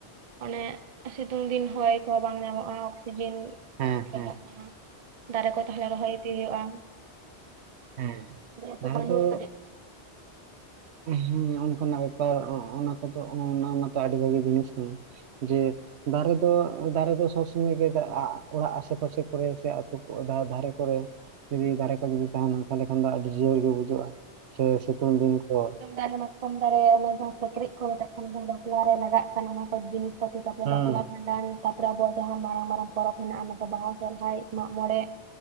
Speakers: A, on the right; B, on the right.
A: ᱚᱱᱮ ᱥᱤᱛᱩᱝ ᱫᱤᱱ ᱦᱚᱭ ᱠᱚᱦᱚᱸ ᱵᱟᱝ ᱧᱟᱢᱚᱜᱼᱟ ᱚᱠᱥᱤᱡᱮᱱ
B: ᱦᱮᱸ
A: ᱪᱟᱞᱟᱜ
B: ᱦᱮᱸ
A: ᱠᱟᱱᱟ ᱫᱟᱨᱮ ᱠᱚ ᱛᱟᱦᱚᱞᱮ ᱨᱚᱦᱚᱭ ᱤᱫᱤ ᱦᱩᱭᱩᱜᱼᱟ᱾
B: ᱦᱮᱸ
A: ᱡᱮᱦᱮᱛᱩ
B: ᱫᱟᱨᱮ
A: ᱵᱟᱹᱱᱩᱜᱼᱟ
B: ᱫᱚ
A: ᱠᱟᱹᱴᱤᱡ
B: ᱦᱩᱸ ᱚᱱᱠᱟᱱᱟᱜ ᱵᱮᱯᱟᱨ ᱚᱱᱟ ᱠᱚᱫᱚ ᱚᱱᱟ ᱢᱟᱛᱚ ᱟᱹᱰᱤ ᱵᱷᱟᱹᱜᱤ ᱡᱤᱱᱤᱥ ᱠᱟᱱᱟ᱾ ᱡᱮ ᱫᱟᱨᱮ ᱫᱚ ᱫᱟᱨᱮ ᱫᱚ ᱥᱚᱵᱽ ᱥᱚᱢᱚᱭ ᱜᱮ ᱚᱲᱟᱜ ᱟᱥᱮ ᱯᱟᱥᱮ ᱠᱚᱨᱮ ᱥᱮ ᱟᱹᱛᱩ ᱫᱷᱟᱨᱮ ᱠᱚᱨᱮ ᱡᱩᱫᱤ ᱫᱟᱨᱮ ᱠᱚ ᱡᱩᱚᱫᱤ ᱛᱟᱦᱮᱱᱟ ᱛᱟᱦᱚᱞᱮ ᱠᱷᱟᱱ ᱫᱚ ᱟᱹᱰᱤ ᱡᱤᱭᱟᱹᱲ ᱜᱮ ᱵᱩᱡᱟᱹᱜᱼᱟ ᱥᱮ ᱥᱤᱛᱩᱝ ᱫᱤᱱ ᱠᱚ
A: ᱟᱨᱦᱚ ᱢᱟᱠᱚᱢ ᱫᱟᱨᱮ ᱚᱱᱮ ᱡᱟᱦᱟᱸ ᱥᱤᱠᱲᱤᱡ ᱠᱚ ᱢᱮᱛᱟᱜ ᱠᱟᱱᱟ ᱡᱟᱦᱟᱸ ᱵᱟᱯᱞᱟ ᱨᱮ ᱞᱟᱜᱟᱜ ᱠᱟᱱᱟ ᱚᱱᱟ ᱠᱚ ᱡᱤᱱᱤᱥ <unintelligible>
B: ᱦᱮᱸ
A: ᱵᱟᱯᱞᱟ ᱵᱷᱟᱸᱰᱟᱱ ᱛᱟᱯᱚᱨᱮ ᱟᱵᱚᱣᱟᱜ ᱡᱟᱦᱟᱸ ᱢᱟᱨᱟᱝ ᱢᱟᱨᱟᱝ ᱯᱚᱨᱚᱵᱽ ᱦᱮᱱᱟᱜ ᱚᱱᱟ ᱫᱚ ᱵᱟᱦᱟ ᱥᱚᱨᱦᱟᱭ ᱢᱟᱜ ᱢᱚᱬᱮ